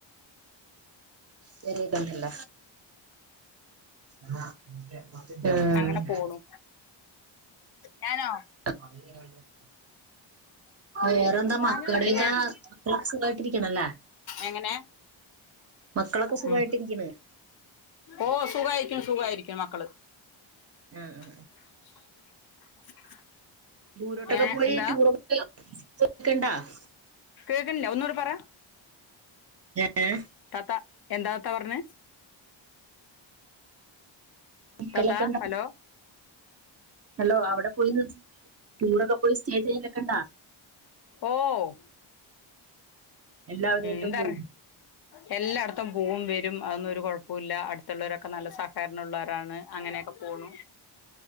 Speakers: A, on the right (about 35°); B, on the left (about 55°).
A: വറ <unintelligible> തുണ്ടല്ല <unintelligible> ഏഹ്
B: അങ്ങനെ പോണു ഞാനോ
A: അെ അ <unintelligible> വേറെന്താ
B: ഞാന്
A: മക്കളൊക്കെ
B: പിന്നെ
A: മക്കളെക്കെ സുഖയിട്ടിരികനെല്ലേ
B: എങ്ങനെ
A: മക്കളൊക്കെ സുഖായിട്ടിരിക്കണ്.
B: ഉം ഓ സുഖായിരിക്കും സുഖായിരിക്കും മക്കള്.
A: ആഹ
B: <inaudible>
A: ദൂരോട്ടൊക്കെ
B: ഏഹ്
A: പോയി
B: എന്താ
A: ടൂറെദിക്കണ്ട <unintelligible>
B: കേക്കണില്ല ഒന്നൂടെ പറ
A: ഏഹ്
B: താത്ത. എന്താത്താ പറഞ്ഞെ?
A: നിക്കലൊക്കെ
B: താത്ത
A: ഉണ്ടോ
B: ഹലോ?
A: ഹലോ അവിടെ പോയി. ടൂറൊക്കെ പോയി സ്റ്റേ ചെയ്യലൊക്കേണ്ടാ?
B: ഓ ഉം
A: എല്ലാവരുമായിട്ടും
B: എന്താ
A: പോകും
B: പറ എല്ലായിടത്തും പോകും വരും. അതൊന്നരു കുഴപ്പ പോല്ല അടുത്തുള്ളവരൊക്കെ നല്ല സഹകരണം മുള്ളവരാണ്. അങ്ങനെയൊക്കെ പോണു